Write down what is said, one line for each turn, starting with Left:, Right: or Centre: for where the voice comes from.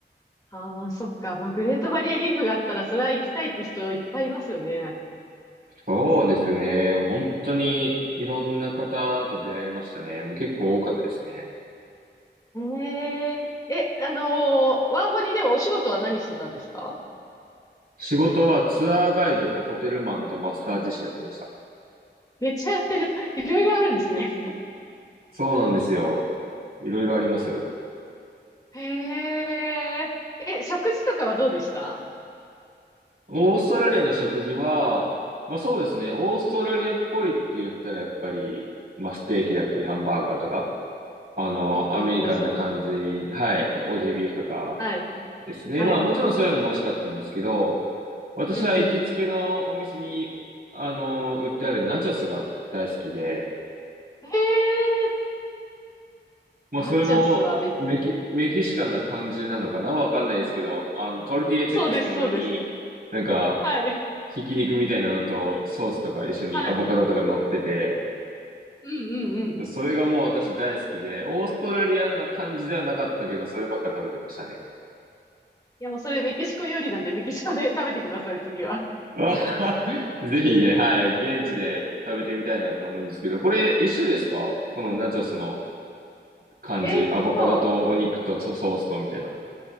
Left: ああ、そっか。まあ、グレートバリアリーフがあったら、それは行きたいって人いっぱいいますよね。
Right: そうですね、もう本当にいろんな方と出会いましたね。もう結構多かったですね。
Left: へえ。え、あのーワーホリではお仕事は何してたんですか
Right: 仕事はツアーガイドとホテルマンとマッサージ師やってました。
Left: めっちゃやってる。いろいろあるんですね。
Right: そうなんですよ。いろいろあります。
Left: へえ。え、食事とかはどうでした
Right: オーストラリアの食事は、まあそうですね、オーストラリアっぽいって言ったらやっぱり、まあステーキだったりハンバーガーとか、あの、
Left: うんうん、
Right: アメリカンな感じ、
Left: オージービーフ。
Right: はい、オージービーフとか
Left: はい、
Right: ですね。
Left: はい。
Right: まあもちろんそういうのも美味しかったんですけど、私は行きつけのお店に、
Left: うんうん。
Right: あの、売ってあるナチョスが大好きで、
Left: へえ。
Right: まあ、
Left: ナチョスはメキシコ
Right: それもメキ、メキシカンな感じなのかなわかんないですけど、あの、トルティーヤチップスの上に、
Left: <laughs> そうです、そうです。
Right: なんか、
Left: はい、
Right: ひき肉みたいなのとソースとか一緒にアボカドとか乗ってて、
Left: はい。うんうんうん。
Right: それがもう私大好きで、オーストラリアな感じではなかったけど、そればっか食べてましたね。
Left: いや、もうそれメキシコ料理なんで、メキシコで食べてください、次は。
Right: <laughs> あぜひね、はい、現地で食べてみたいなと思うんですけど、これ一緒ですかこのナチョスの感じ、
Left: えーっと、
Right: アボカドとお肉とソースとみたいな。